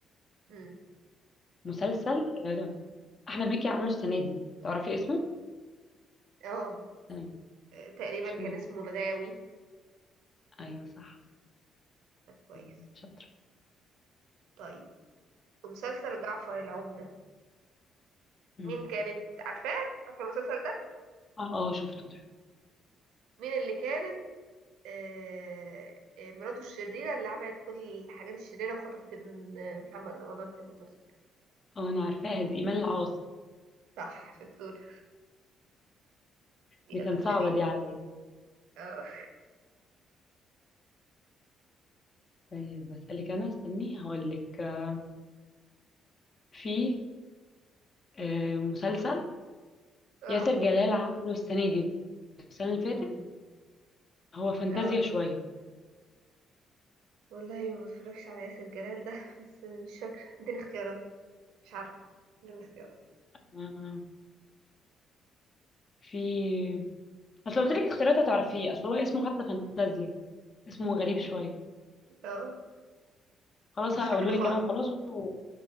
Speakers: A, on the right; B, on the left.
A: مم.
B: مسلسل آه احمد مكي عمله السنه دي تعرفي اسمه
A: اه
B: السنه دي
A: آه، تقريبا
B: اسمه
A: كان
B: ايه
A: اسمه الغاوي
B: ايوه صح
A: طب كويس
B: أمم، شاطر
A: طيب في مسلسل جعفر العمدة
B: أمم.
A: مين كانت عارفاه عارفه المسلسل ده
B: اه اه شفته ده
A: مين اللي كانت آه، آه، مراته الشريرة اللي عملت كل الحاجات الشريرة وخطفت ابن آه، محمد رمضان في المسلسل
B: اه انا عارفاها دي ايمان العاص
A: صح شطور يلا
B: دي كان
A: اسأليني
B: صعبه دي عليا
A: اه
B: طيب بسألك أنا استني هقولك آه، في آه، مسلسل
A: <laughs> اه
B: ياسر جلال عامله السنة دي السنة اللي فاتت
A: أمم.
B: هو فانتازيا
A: اه
B: شوية
A: والله ما بتفرجش على ياسر جلال ده بس مش فاكرة اديني اختيارات مش عارفة اديني اختيارات
B: آه، في أصل قلت لك اختيارات هتعرفيه أصل هو اسمه حتى فانتازيا اسمه غريب شوية
A: <laughs> اه
B: خلاص
A: مش
B: هقوله
A: فاكرة
B: لك
A: خالص
B: أنا وخلاص و...